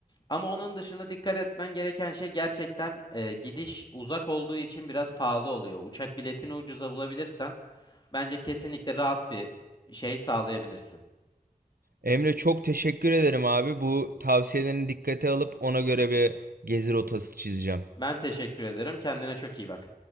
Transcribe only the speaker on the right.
Emre çok teşekkür ederim abi. Bu tavsiyelerini dikkate alıp ona göre bir gezi rotası çizeceğim.